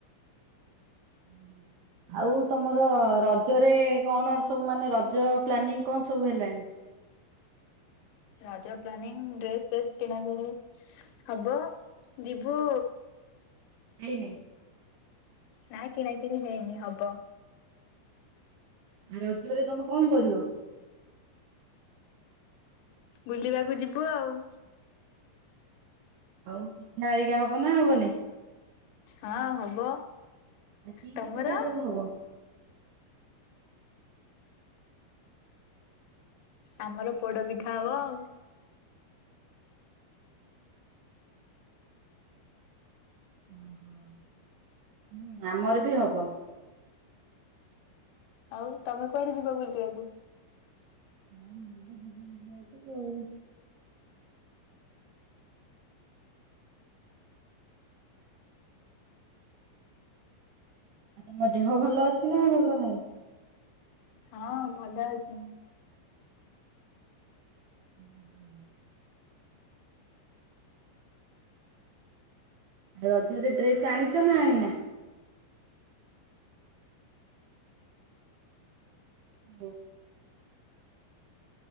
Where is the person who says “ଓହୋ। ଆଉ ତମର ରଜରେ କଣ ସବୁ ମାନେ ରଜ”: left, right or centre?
Right